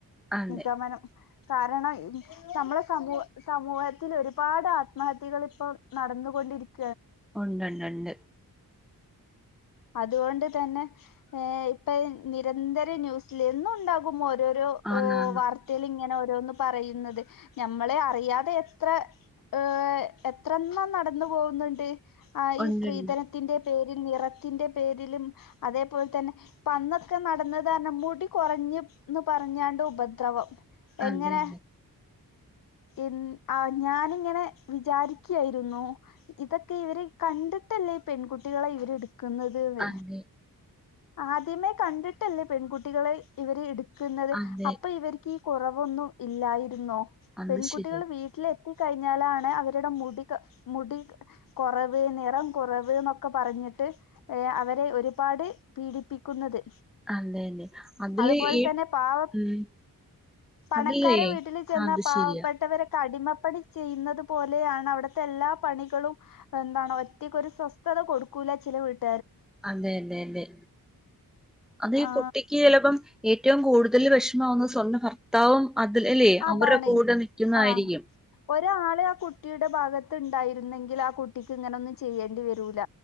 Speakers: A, in the centre; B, on the left.
A: അതെ
B: നിഗമനം കാരണം നമ്മളെ സമൂഹ സമൂഹത്തില് ഒരുപാട് ആത്മഹത്യകൾ ഇപ്പം നടന്നുകൊണ്ടിരിക്
A: ഉണ്ട്ണ്ട് ഉണ്ട്
B: അതുകൊണ്ട് തന്നെ ഏഹ് ഇപ്പെഴേ നിരന്തര ന്യൂസ് ല് എന്നും ഇണ്ടാകും ഓരോര് രു
A: ആന്നാന്ന്
B: വാർത്തേലിങ്ങനെ ന്ന് പറയുന്നത് ഞമ്മളെ അറിയാതെ എത്ര ഏഹ് എത്രണ്ണം നടന്നു പോകുന്നുണ്ട് ആഹ്
A: ഒണ്ട്ണ്ട്.
B: ഈ സ്ത്രീധനത്തിന്റെ പേരിൽ നിറ ത്തിന്റെ പേരിലും അതേപോലെ തന്നെ അന്നൊക്കെ നടന്നതന്ന മുടി കുറഞ്ന്ന് പറഞ്ഞാണ്ട് ഉപദ്രവം എങ്ങനെ
A: അതെയതെ.
B: എ ആ ഞാനിങ്ങനെ വിചാരിക്കയിരുന്നു ഇതൊക്കെ ഇവരെ കണ്ടിട്ടല്ലേ ഈ പെൺകുട്ടികളെ ഇവരെടു ക്കുന്നത്
A: അതെ.
B: ആദ്യമേ കണ്ടിട്ടല്ലേ പെൺകുട്ടികളെ ഇവര്ടു ക്കുന്നത്
A: അതെ.
B: അപ്പൊ
A: അതെ
B: ഇവരിക്കി കുറവൊന്നും ഇല്ലായിരുന്നോ
A: അത്
B: പെൺകുട്ടികള്
A: ശെരിയാ.
B: വീട്ടിലെ കുത്തി കഴിഞ്ഞാലാണ് അവരുടെ മുടി മുടി കുറവ് നിറം കുറവ് ന്നൊക്കെ പറഞ്ഞിട്ട് ഏ അവരെ ഒരുപാട് പീഡിപ്പിക്കുന്നത്
A: അതെയതെ. അതില്
B: അതുപോലെ
A: ഈ
B: തന്നെ പാവ
A: ഉം
B: പണക്കാരെ
A: അതിലേ
B: വീട്ടിൽ ചെന്ന
A: അത്
B: പാവപ്പെട്ടവരെ
A: ശെരിയാ.
B: അടിമപ്പണി ചെയ്യുന്നത് പോലെയാണ് അവിടുത്തെ എല്ലാ പണികളും എന്താണോ ഒറ്റയ്ക്കൊരു സ്വസ്ഥത കൊടുക്കൂല ചില വീട്ട
A: അതെ അതെ അതെ അത്
B: ആ
A: കുട്ടിക്ക് ചിലപ്പം ഇ ഏറ്റവും കൂടുതല് വിഷമാവുന്നത് സ്വന്തം ഭർത്താവും അതിൽ അല്ലേ?
B: അതാണേ
A: അവരുടെ കൂടെ നിക്കുന്നതായിരിക്കും.
B: ആ ഒരാളെ ആ കുട്ടിയുടെ ഭാഗത്ത് ഉണ്ടായിരുന്നെങ്കിൽ ആ കുട്ടിക്ക് ഇങ്ങനെ ഒന്നും ചെയ്യേണ്ടി വരൂല്ല